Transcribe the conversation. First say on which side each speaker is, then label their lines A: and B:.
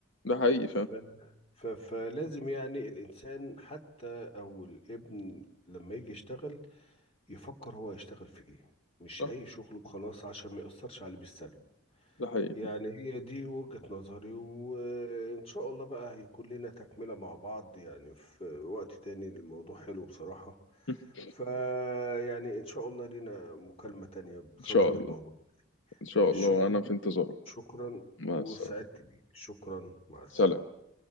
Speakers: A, on the left; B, on the left.
A: ده حقيقي
B: ف...
A: فعلا
B: ف... فلازم يعني الإنسان حتى أو الابن لما يجي يشتغل يفكر هو يشتغل في إيه مش
A: صح
B: أي شغل وخلاص عشان ما يأثرش عليه بالسلب
A: ده حقيقي
B: يعني هي دي وجهة نظري وإن شاء الله بقى هيكون لنا تكملة مع بعض يعني في وقت تاني الموضوع حلو بصراحة
A: <laughs>
B: فيعني إن شاء الله لنا مكالمة تانية بصدد
A: إن شاء الله
B: الموضوع
A: إن شاء
B: مش
A: الله
B: شكرا
A: أنا في انتظارك
B: شكرا
A: مع
B: وسعدت
A: السلامة
B: بيك شكرا مع السلامة
A: سلام